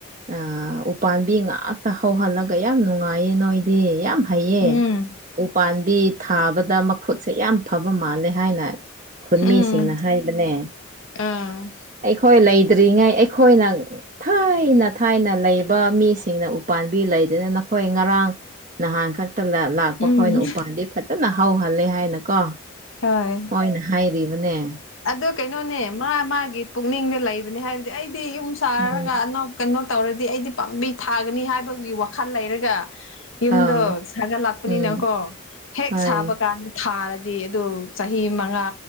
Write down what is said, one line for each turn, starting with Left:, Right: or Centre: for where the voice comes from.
Right: ꯑꯥ ꯎꯄꯥꯝꯕꯤ ꯉꯥꯛꯇ ꯍꯧꯍꯜꯂꯒ ꯌꯥꯝ ꯅꯨꯡꯉꯥꯏꯌꯦ ꯅꯣꯏꯗꯤ ꯌꯥꯝ ꯍꯩꯌꯦ
Left: ꯎꯝ
Right: ꯎꯄꯥꯥꯝꯕꯤ ꯊꯥꯕꯗ ꯃꯈꯨꯠꯁꯦ ꯌꯥꯝ ꯐꯕ ꯃꯥꯜꯂꯦ ꯍꯥꯏꯅ ꯈꯨꯟꯃꯤꯁꯤꯡꯅ
Left: ꯎꯝ
Right: ꯍꯥꯏꯕꯅꯦ
Left: ꯑꯥ
Right: ꯑꯩ ꯍꯣꯏ ꯂꯩꯇ꯭ꯔꯤꯉꯩ ꯑꯩꯈꯣꯏꯅ ꯊꯥꯏꯅ ꯊꯥꯏꯅ ꯂꯩꯕ ꯃꯤꯁꯤꯡꯅ ꯎꯄꯥꯥꯝꯕꯤ ꯂꯩ ꯂꯩꯇꯦꯗ ꯅꯈꯣꯏ ꯉꯔꯥꯡ ꯅꯍꯥꯟꯈꯛ ꯇꯝꯗ ꯂꯥꯛꯄ
Left: ꯎꯝ
Right: ꯈꯣꯏꯅ ꯎꯄꯥꯟꯕꯤ ꯐꯖꯅ ꯍꯧꯍꯜꯂꯦ ꯍꯥꯏꯅꯀꯣ
Left: ꯍꯣꯏ
Right: ꯃꯣꯏꯅ ꯍꯥꯏꯕꯤꯕꯅꯦ
Left: ꯑꯗꯨ ꯀꯩꯅꯣꯅꯦ ꯃꯥ ꯃꯥꯒꯤ ꯄꯨꯛꯅꯤꯡꯗ ꯂꯩꯕꯅꯦ ꯍꯥꯏꯕꯗꯤ ꯑꯩ ꯗꯤ ꯌꯨꯝ ꯁꯥꯔꯒ
Right: ꯎꯝ
Left: ꯑꯅꯧ ꯀꯩꯅꯣ ꯇꯧꯔꯗꯤ ꯑꯩꯗꯤ ꯄꯥꯝꯕꯤ ꯊꯥꯒꯅꯤ ꯍꯥꯏꯕꯒꯤ ꯋꯥꯈꯜ ꯂꯩꯔꯒ ꯌꯨꯝꯗꯣ
Right: ꯑꯥ
Left: ꯁꯥꯒꯠꯂꯛꯄꯅꯤꯅꯀꯣ
Right: ꯎꯝ
Left: ꯍꯦꯛ
Right: ꯍꯣꯏ
Left: ꯁꯥꯕ ꯀꯥꯟꯗ ꯊꯥꯔ ꯗꯤ ꯑꯗꯨ ꯆꯍꯤ ꯃꯉꯥ